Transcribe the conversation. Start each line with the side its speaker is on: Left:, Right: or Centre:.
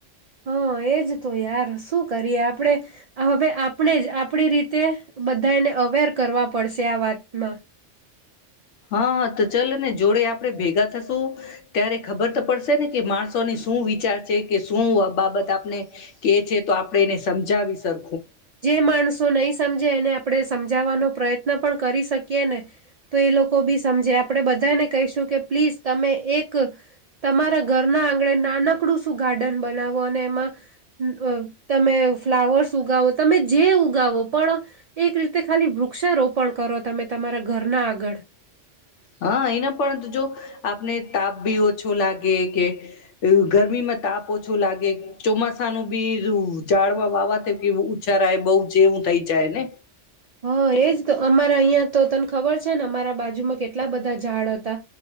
Right: હા એજ તો યાર શું કરીએ આપડે હવે આપને જ આપડી રીતે બધાને અવેર કરવા પડશે આ વાતમાં.
Left: હા હા તો ચલ ને જોડે આપડે ભેગા થશું ત્યારે ખબર તો પડશે ને કે માણસોને શું વિચાર છે કે શું બાબત આપને કે છે તો આપડે એને સમજાવી સર
Right: જે માણસો નહી સમજે એને આપડે સમજાવવાનો પ્રયત્ન પણ કરી શકીએ ને તો એ લોકો બી સમજે આપણે બધાને કહીશું કે પ્લીઝ તમે એક તમારા ઘરના આ નાનકડું શું ગાર્ડન બનાવો અને એમાં તમે ફ્લાવર્સ ઉગાવો. તમે જે ઉગાવો પણ એક રીતે ખાલી વૃક્ષારોપ પણ કરો તમે તમારા ઘરના આગળ
Left: હા એના પણ જો આપને તાપ બી ઓછો લાગે કે ગરમીમાં તાપ ઓછો લાગે ચોમાસાનું બી જાડવા વાવા ઉછા ર બહુ જેવું થઈ જાય ને.
Right: હા એજ તો અમારા અહિયાં તો તને ખબર છે ને અમારા બાજુમાં કેટલા બધા ઝાડ હતા